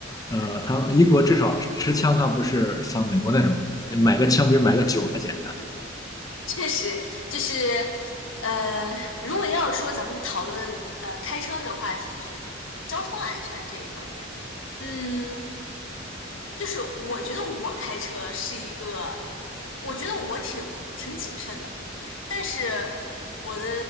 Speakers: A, on the left (about 20°); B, on the left (about 80°).
A: 呃，
B: 对，
A: 他英国至少持枪，他不是像美国那种买个枪比买个酒还简
B: 确实就是，呃，如果要说咱们讨论呃开车这个话题，就是交通安全这一方面，嗯。就是我觉得我开车是一个，我觉得我挺挺谨慎的，但是我的